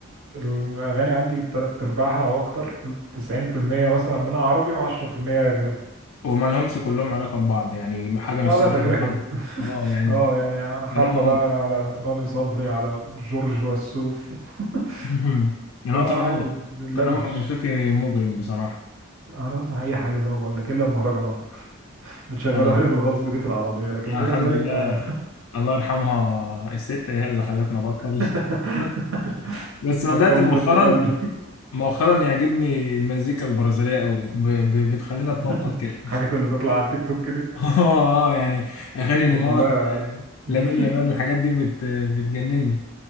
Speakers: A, on the right; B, on the left.
A: الاغاني عندي تلات ارباعها او اكتر قول 90% مثلا منها عربي و10% اجنبي
B: وما لهمش كلهم علاقة ببعض يعني حاجة مش
A: اه لا
B: شبه
A: ده كده كده
B: بعض
A: <laughs>
B: اه يعني
A: اه يعني حبة
B: تنوع
A: بقى على رامي صبري على جورج وسوف <laughs>
B: <laughs> يعني
A: لا
B: هو تنوع
A: عادي بنلوش
B: تنوع موسيقي مجرم بصراحة
A: انا بسمع اي حاجة زي ما بقول لك الا المهرجانات بتشغلوها
B: أنا
A: لي بالغصب دي في العربية لكن
B: أنا
A: دون
B: الحمد
A: ذلك
B: لله
A: ما
B: الله يرحمها الست هي اللي خلتنا بطل
A: <laughs>
B: <laughs> بس
A: بطلت
B: بدأت مؤخرا
A: انت بقى ال-
B: مؤخرا يعجبني المزيكا البرازيلية قوي ب- ب- بتخلينا تنطط
A: <laughs>
B: كده
A: الحاجات اللي تطلع على التيك توك دي
B: اه اه يعني اغاني
A: تبقى
B: نيمار
A: كلها <laughs>
B: لامين يامال الحاجات دي بت بتجنني